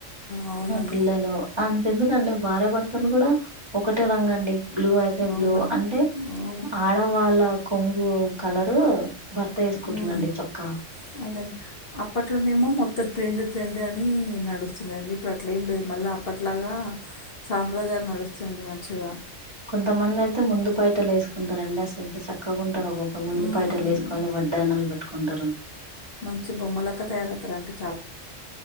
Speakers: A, on the left (about 50°); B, on the right (about 20°).
A: ఆ, అవునండి
B: పిల్లలు అంతెందుకండి భార్య భర్తలు కూడా ఒకటే రంగు అండి బ్లూ అయితే బ్లూ
A: అవును
B: అంటే
A: అవును
B: ఆడవాళ్ళ కొంగు కలరు భర్త వేసుకుంటున్నరండి
A: ఉమ్.
B: చొక్కా
A: అదండి అప్పట్లోనేమో మొత్తం ట్రెండ్ ట్రెండ్ అని నడుస్తుండే అండి ఇప్పుడు అట్లా ఏం లేదు మళ్ళీ అప్పట్లాగా సాంప్రదాయాలు నడుస్తుందడే మంచిగా
B: కొంతమందయితే ముందు పైటలు వేసుకుంటరండి అసలు ఎంత చక చక్కగుంటారు ఒక్కొక్కరు ముందు
A: ఉమ్,
B: పైటలు వేసుకొని వడ్డానాలు పెట్టుకుంటరు
A: మంచి బొమ్మలెక్క తయారయితరు అండి